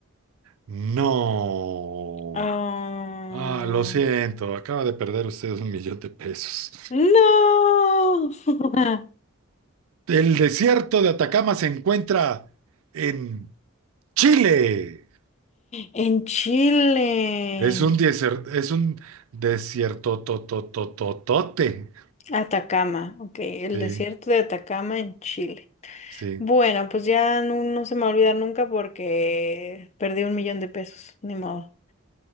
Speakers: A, on the right (about 80°); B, on the left (about 30°).
A: No.
B: Ah,
A: Ah, lo siento, acaba de perder ustedes un millón de pesos.
B: no. <laughs>
A: El desierto de Atacama se encuentra en Chile.
B: En Chile.
A: Es un desierto, es un desierto totototote.
B: Atacama, ok, el
A: Sí,
B: desierto de Atacama en Chile.
A: sí.
B: Bueno, pues ya no, no se me va a olvidar nunca porque perdí un millón de pesos, ni modo.